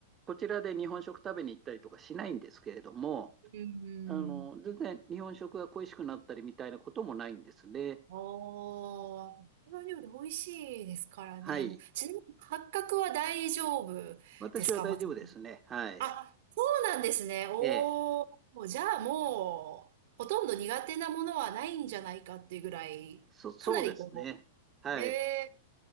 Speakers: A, on the right; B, on the right.
A: こちらで日本食食べに行ったりとかしないんですけれども、
B: うん。
A: あの、全然日本食が恋しくなったりみたいなこともないんですね。
B: ああ、台湾料理美味しいですからね。
A: はい。
B: もうちなみに、八角は大丈夫
A: 私は大丈夫ですね。
B: ですか、松本さん
A: はい。
B: あ、そうなんですね。おー、
A: ええ。
B: もうじゃあもう、ほとんど苦手なものはないんじゃないかっていうぐらい、
A: そ、そうですね。
B: かなりこ
A: はい。
B: う、ねえ